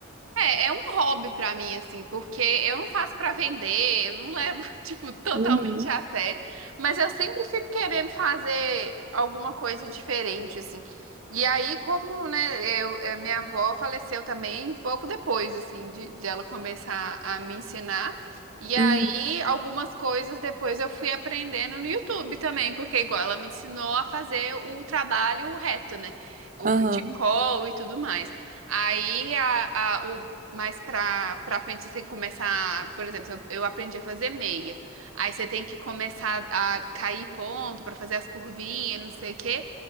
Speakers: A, on the right; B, on the right.
A: É, é um hobby pra mim, assim, porque eu não faço pra vender, eu não levo, <laughs> tipo, totalmente
B: Uhum.
A: a sério, mas eu sempre fico querendo fazer alguma coisa diferente, assim. E aí, como, né, eu, eh, minha avó faleceu também pouco depois, assim, de, de ela começar a me ensinar. E aí,
B: Uhum.
A: algumas coisas depois eu fui aprendendo no YouTube também, porque igual ela me ensinou a fazer o trabalho reto, né? O
B: Aham.
A: cachecol e tudo mais. Aí a, a- o mas pra, pra frente você tem que começar, por exemplo, eu, eu aprendi a fazer meia. Aí você tem que começar a cair ponto pra fazer as curvinhas, não sei o quê.